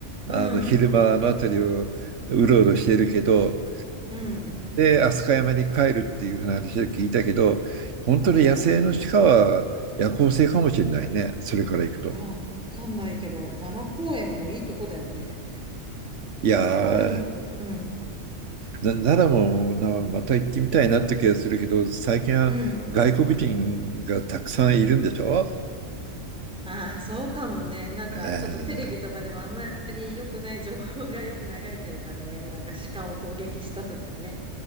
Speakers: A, in the centre; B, on the right.
A: うん、
B: あの昼間あの辺りをうろうろしているけど、
A: うん。
B: で、飛鳥山に帰るっていうふうな話を聞いたけど、本当に野生の鹿は夜行性かもしれないね、
A: あ、そうなんだ。
B: それから行くと。
A: いやー、わかんないけど、奈良公園もいいとこだよね。
B: いや
A: む前に、
B: ー、
A: うん、
B: な奈良もなまた行ってみたいなって気がするけど、最近は外国人がたくさんいるんでしょ
A: うん。ああ、そうかもね。なんか、
B: ねえ
A: ちょっとテレビとかではあんまり良くない情報がよく流れてるからね。なんか鹿を攻撃したとかね。